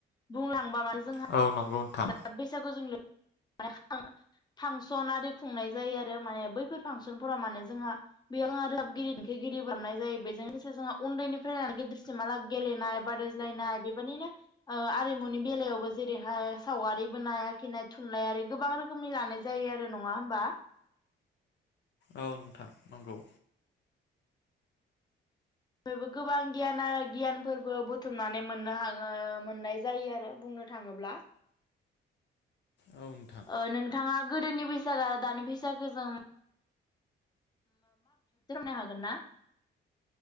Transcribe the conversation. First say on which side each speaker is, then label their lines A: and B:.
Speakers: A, on the left; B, on the left.
A: बुं थांबा माने जोंहा
B: औ नंगौ नोंथां
A: <unintelligible> बैसागजों <inaudible> फांसन आरि खुंनाय जायो आरो माने बैफोर फांसनफोराव माने जोंहा बेयाव जोंहा रोजाबगिरि देंखोगिरि बारनाय जायो बेजों लोगोसे जोंहा उन्दैनिफ्राय <inaudible> गिदिरसिमाल <inaudible> गेलेनाय बादायज्लायनाय बेबायदिनो आरिमुनि बेलायावबो जेरैहाय सावगारि बोनाय‌ आखिनाय थुनलाइयारि गोबां रोखोमनि लानाय जायो आरो नङा होमबा?
B: औ नोंथां नंगौ।
A: बेबो गोबां गियान आ गियानफोरबो बुथुमनानै मोननो हागो मोननाय जायो आरो बुंनो थाङोब्ला
B: औ नोंथां
A: ओ नोंथाङा गोदोनि बैसागो आरो दानि बेसागोजों <inaudible> हागोन ना?